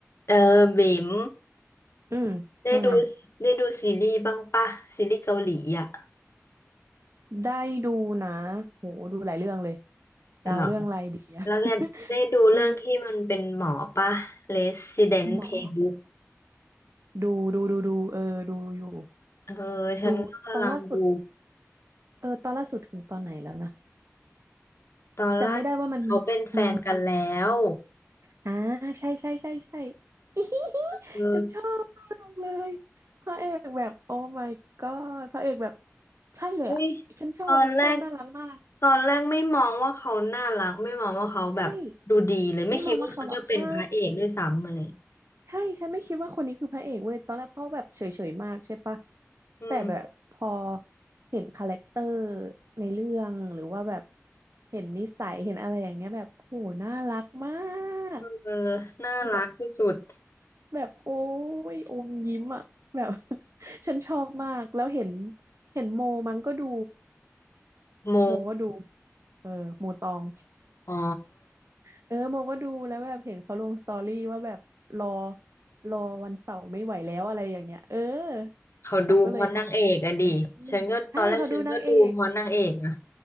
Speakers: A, on the left; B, on the right.
A: เออบิ๋ม
B: อืมว่าไง
A: ได้ดูได้ดูซีรีส์บ้างปะซีรีส์เกาหลีอ่ะ
B: ได้ดูนะโหดูหลายเรื่องเลยจะเอาเรื่องอะไรดีอะ
A: เหรอแล้วแกได้ดูเรื่องที่มันเป็นหมอปะ
B: <laughs> เออ
A: Resident
B: หมอ
A: Playbook
B: ดูดูดูดูเออดูอยู่
A: เออฉันก็กำลังดู
B: ดูตอนล่าสุดเออตอนล่าสุดถึงตอนไหนแล้วนะ
A: ตอนล่าสุดเขาเป็นแฟนกันแล้ว
B: จำไม่ได้ว่ามันอืมอ่าใช่ใช่ใช่ใช่ <laughs>
A: เออ
B: ฉันชอบมากเลยพระเอกแบบโอ้ my god พระเอกแบบใช่เลยอ่ะฉันชอบมันชอบน่ารักมาก
A: เฮ้ยตอนแรกตอนแรกไม่มองว่าเขาน่ารักไม่มองว่าเขาแบบดูดีเลยไม่คิดว่าเขาจะเป็นพระเอกด้วยซ้ำอะไร
B: ใช่ ไม่มองว่าเขาหรอกใช่ ใช่ ฉันไม่คิดว่าคนนี้คือพระเอกเว้ยตอนแรกพ่อแบบเฉยๆมากใช่ปะ
A: อืม
B: แต่แบบพอเห็นคาแรคเตอร์ในเรื่องหรือว่าแบบเห็นนิสัยเห็นอะไรอย่างเงี้ยแบบโอ้โหน่ารักมาก
A: เออน่ารักที่สุด
B: คือแบบแบบโอ้ยอมยิ้มอ่ะแบบ <laughs> ฉันชอบมากแล้วเห็นเห็นโมมันก็ดู
A: โม
B: โมก็ดูเออโมตอง
A: อ๋อ
B: เออโมก็ดูแล้วแบบเห็นเขาลงสตอรี่ว่าแบบรอรอวันเสาร์ไม่ไหวแล้วอะไรอย่างเงี้ยเออ
A: เขาดูเพราะนางเอกอะดิฉันก็ตอนแรกฉันก็ดูเพราะนางเอกนะ
B: ฉันก็เลยทักเออใช่เขาดูนางเอก